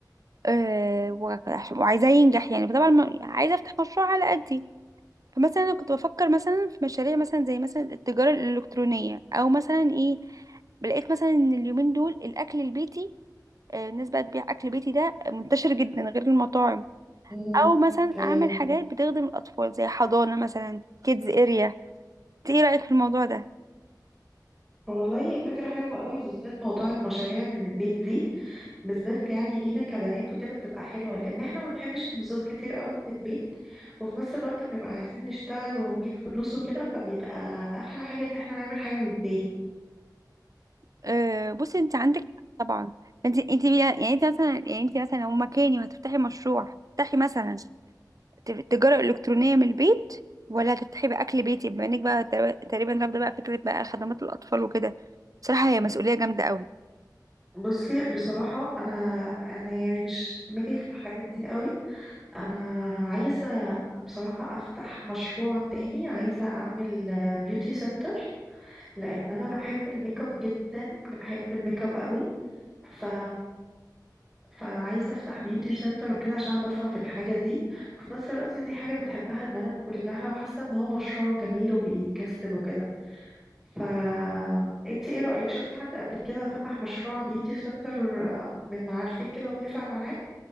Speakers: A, on the right; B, in the centre.
A: أه وعش- وعايزاه ينجح يعني فطبعا ما- عايزة افتح مشروع على قدي فمثلا انا كنت بفكر مثلا في مشاريع مثلا زي مثلا التجارة الالكترونية او مثلا ايه لقيت مثلا ان اليومين دول الاكل البيتي آه، الناس بقى تبيع اكل بيتي ده منتشر جدا غير المطاعم
B: امم
A: او مثلا
B: ايوه
A: اعمل حاجات بتخدم الاطفال زي حضانة مثلا كيدز اريا ايه رأيك في الموضوع ده؟
B: والله فكره حلوه قوي بالذات موضوع المشاريع اللي من البيت دي بالذات يعني لينا كبنات وكده بتبقى حلوه لان احنا ما بنحبش النزول كتير قوي من البيت وفي نفس الوقت بنبقى عايزين نشتغل ونجيب فلوس وكده فبيبقى احلى حاجه ان احنا نعمل حاجه من البيت
A: آه، بصي انت عندك حق طبعا انت انت بي- يعني انت مثلا يعني انت مثلا لو مكاني وهتفتحي مشروع هتفتحي مثلا ت- تجارة إلكترونية من البيت ولا هتفتحي بأكل بيتي بما انك بقى تق- تقريبا رافضة بقى فكرة بقى خدمات الأطفال وكده بصراحة هي مسؤولية جامدة قوي
B: بصي بصراحة أنا أنا يعني مش دماغي في الحاجات دي قوي أنا عايزة بصراحة أفتح مشروع تاني عايزة أعمل بيوتي سنتر لأن أنا بحب الميك اب جدا بحب الميك اب قوي ف... فعايزة أفتح بيوتي سنتر وكده عشان أنا بفهم في الحاجة دي وفي نفس الوقت دي حاجة بتحبها البنات كلها وحاسة إن هو مشروع جميل وبيكسب وكده فانت ايه رأيك شفتي حد قبل كده فتح مشروع بيوتي سنتر آه، من معارفك كده ونفع معاه